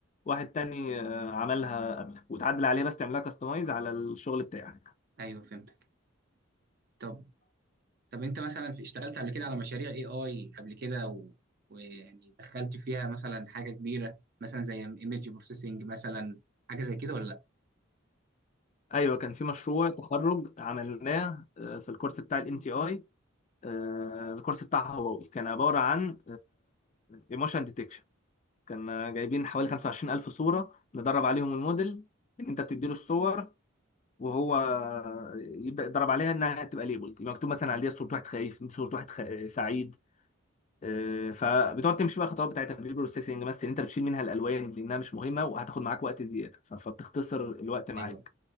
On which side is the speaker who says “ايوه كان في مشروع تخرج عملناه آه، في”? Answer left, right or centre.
Left